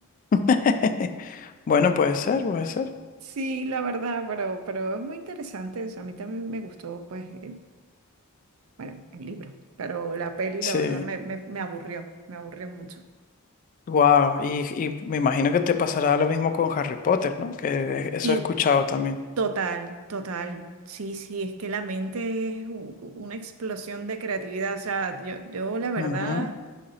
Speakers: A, on the left (about 35°); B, on the right (about 65°).
A: <laughs> Bueno, puede ser, puede ser.
B: Sí, la verdad, pero, pero es muy interesante, o sea, a mí también me gustó, pues, el- bueno, el libro, pero la peli,
A: Sí.
B: la verdad, me, me, me aburrió, me aburrió mucho.
A: Wow, y, y me imagino que te pasará lo mismo con Harry Potter, ¿no? Que
B: Y
A: eso he escuchado también.
B: total, total, sí, sí, es que la mente es u- u- una explosión de creatividad, o sea, yo, yo la verdad...
A: Ujú.